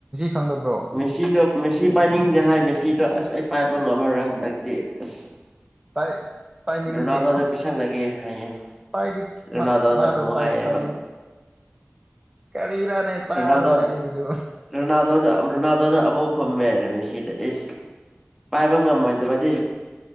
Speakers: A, on the right (about 20°); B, in the centre.
A: ꯈꯪꯗꯕ꯭ꯔꯣ
B: ꯃꯦꯁꯤꯗ ꯃꯦꯁꯤ ꯄꯥꯏꯅꯤꯡ ꯍꯥꯏ ꯃꯦꯁꯤꯗꯣ ꯑꯁ ꯑꯩ ꯄꯥꯏꯕ ꯉꯝꯃꯔꯣꯏ ꯍꯟꯗꯛꯇꯤ ꯑꯁ
A: ꯄꯥꯏ ꯄꯥꯏꯅꯤꯡꯗꯦ
B: ꯔꯣꯅꯥꯜꯗꯣꯗ ꯄꯤꯁꯜꯂꯒꯦ ꯍꯥꯏꯌꯦ
A: ꯄꯥꯏꯗꯤ
B: ꯔꯣꯅꯥꯜꯗꯣꯅ
A: ꯃꯥꯗꯣ
B: ꯑꯃꯨꯛ
A: ꯄꯥꯏꯗꯤ
B: ꯍꯥꯏꯌꯦꯕ
A: ꯄꯥꯏꯅꯤꯡ ꯀꯔꯤꯔꯥꯅꯦ ꯇꯥꯔꯣꯅꯦ
B: ꯔꯣꯅꯥꯜꯗꯣ
A: ꯑꯩꯒꯤꯁꯨ
B: ꯔꯣꯅꯥꯜꯗꯣꯗ ꯔꯣꯅꯥꯜꯗꯣꯅ ꯑꯃꯨꯛ ꯈꯨꯝꯃꯦꯔꯝ ꯃꯦꯁꯤꯗ ꯏꯁ ꯄꯥꯏꯕ ꯉꯝꯃꯣꯏꯗꯕꯗꯤ